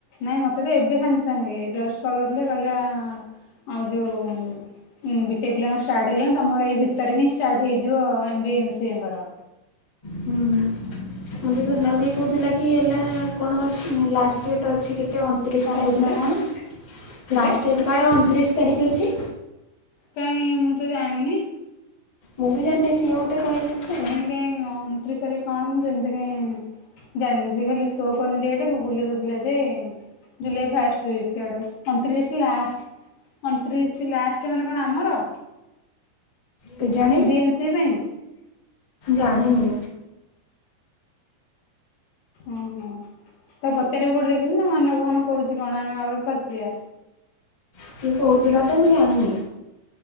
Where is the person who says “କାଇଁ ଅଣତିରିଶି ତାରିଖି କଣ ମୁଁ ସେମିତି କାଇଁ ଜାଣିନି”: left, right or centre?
Left